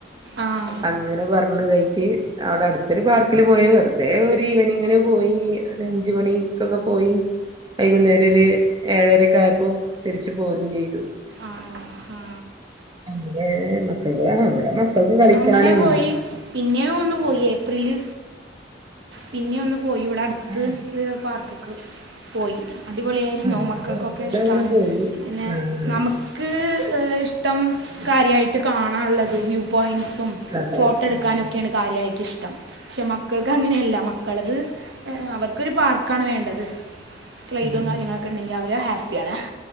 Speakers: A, on the right (about 75°); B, on the right (about 25°).
A: ആ
B: അങ്ങനെ പറ സുഖായിട്ട് അവിടെ അടുത്തൊരു പാർക്കിൽ പോയി വെറുതെ ഒരു ഈവനിങ്ങ്ന് പോയി ഒരു അഞ്ച് മണിക്കൊക്കെ പോയി വൈകുന്നേര ഒരു ഏഴരക്ക ആയപ്പോ തിരിച്ചു പോരും ചെയ്തു
A: ആണോ ആഹ
B: അങ്ങ മക്കൾക്ക് കാണ അവിടെ മക്കൾക്ക് കളിക്കാനും
A: അങ്ങനെ പോയി പിന്നെ ഒന്ന് പോയി ഏപ്രില് പിന്നെ ഒന്ന് പോയി ഇവിടെ അടുത്ത്
B: ആഹ്
A: പാർക്കക്ക് പോയി അടിപൊളിയ ആായിുന്ന
B: ഞങ്ങളും
A: മക്കൾക്കൊക്കെ
B: അതുപോലെ
A: ഇഷ്ടാണ്
B: അങ്ങനെ പോയി
A: പിന്നെ
B: ആഹ്
A: നമുക്ക് ഇഷ ഇഷ്ടം കാര്യമായിട്ട് കാണാനറുള്ളത് വ്യൂ പോയിന്റ്സും
B: അതെ
A: ഫോട്ടോ എടുക്കാനൊക്കെയാണ്
B: ആ
A: കാര്യമായിട്ട് ഇഷ്ടം പക്ഷെ മക്കൾക്ക് അങ്ങനെയല്ല മക്കളത് അവര്ക് ഒരു. ക്കാണ് വേണ്ടത് സ്ലൈഡും
B: ആ
A: കാര്യങ്ങളൊക്കെ ഉണ്ടെങ്കിൽ അവരെ ഹാപ്പിയാണ്